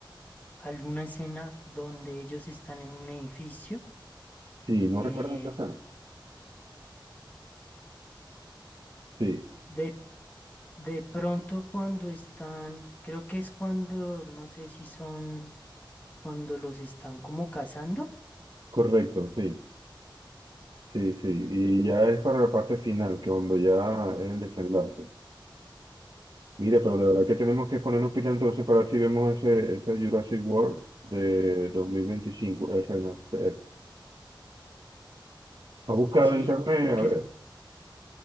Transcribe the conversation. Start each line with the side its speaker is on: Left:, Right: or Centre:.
Left: alguna escena donde ellos están en un edificio.
Right: Sí, ¿no
Left: eh,
Right: recuerdas esta escena? Sí,
Left: de, de pronto cuando están, creo que es cuando, no sé si son cuando los están como cazando.
Right: correcto, sí, sí, sí. Y ya es para la parte final, que cuando ya es el desenlace. Mira, pero de verdad que tenemos que ponernos pila entonces para ver si vemos ese, ese Jurassic World de 2025, el Renacer. ¿Ha buscado
Left: Sí,
Right: en internet?
Left: creo que
Right: A ver.
Left: es,